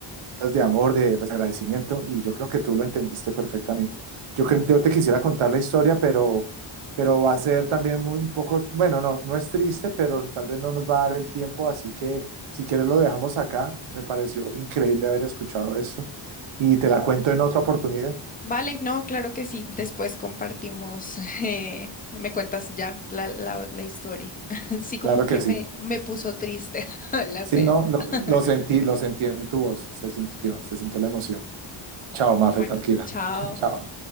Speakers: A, on the right; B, on the left.
A: de amor, de agradecimiento, y yo creo que tú lo entendiste perfectamente. Yo, cre- yo te quisiera contar la historia, pero, pero va a ser también muy un poco, bueno, no, no es triste, pero tal vez no nos va a dar el tiempo, así que si quieres lo dejamos acá. Me pareció increíble haber escuchado esto y te la cuento en otra oportunidad.
B: Vale, no, claro que sí. Después compartimos, <laughs> eh, me cuentas ya la, la, la historia. <laughs> Sí, como
A: Claro
B: que
A: que sí.
B: me, me puso triste <laughs> hablar
A: Sí,
B: de
A: no,
B: esto.
A: lo,
B: <laughs>
A: lo sentí, lo sentí en tu voz, se sintió, se sintió la emoción. Chao,
B: Bueno,
A: Mafe, tranquila.
B: chao.
A: <laughs> Chao.